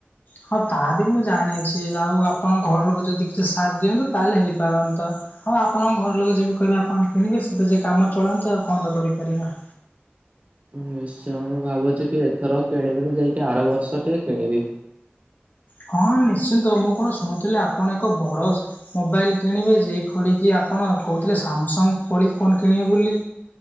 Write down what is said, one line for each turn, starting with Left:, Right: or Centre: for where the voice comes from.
Left: ହଁ ତା ବି ମୁଁ ଜାଣିଛି ଆଉ ଆପଣଙ୍କ ଘର ଲୋକ ଯଦି କିଛି ସାଥ ଦିଅନ୍ତେ ତାହେଲେ ହେଇପାରନ୍ତା। ହଉ ଆପଣଙ୍କ ଘର ଲୋକ ଯେବେ କହିବେ ଆପଣ କିଣିବେ ସେତ ଯାଏ କାମ ଚଳାନ୍ତୁ ଆଉ କଣ ବା କରିପାରିବା।
Right: ନିଶ୍ଚୟ ମୁଁ ଭାବୁଛି କି ଏଥର କିଣିବିନି, ଯାଇକି ଆର ବର୍ଷ ଟି କିଣିବି।
Left: ହଁ ନିଶ୍ଚିନ୍ତ ମୁଁ କଣ ଶୁଣୁଥିଲି ଆପଣ ଏକ ବଡ଼ ମୋବାଇଲ୍ କିଣିବେ ଯେଇ ଫଡିକି ଆପଣ କହୁଥିଲେ, ସାମସଙ୍ଗ ଭଳି ଫୋନ୍ କିଣିବେ ବୋଲି।